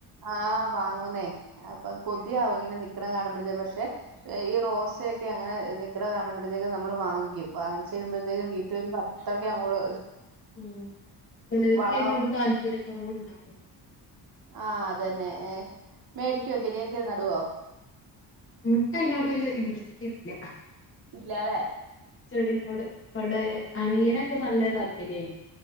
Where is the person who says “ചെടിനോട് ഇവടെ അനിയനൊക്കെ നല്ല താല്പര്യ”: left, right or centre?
Left